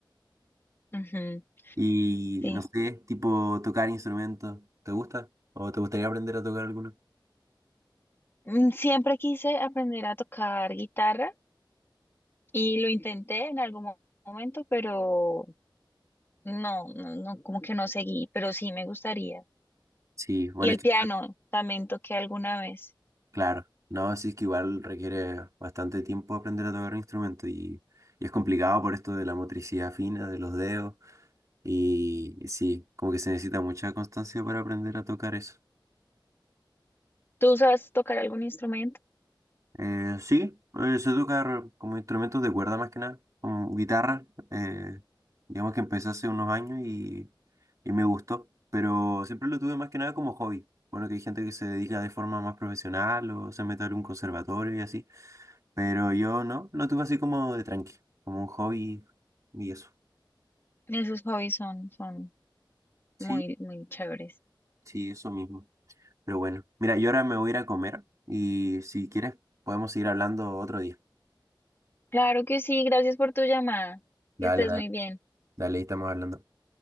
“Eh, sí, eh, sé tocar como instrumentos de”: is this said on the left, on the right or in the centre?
Right